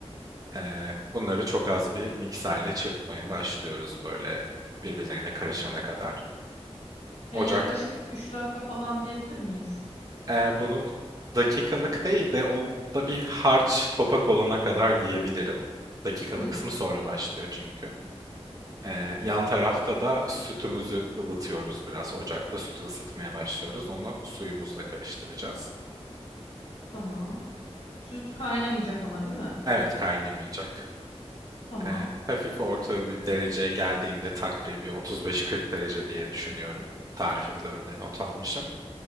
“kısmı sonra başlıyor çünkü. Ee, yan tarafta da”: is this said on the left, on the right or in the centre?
Right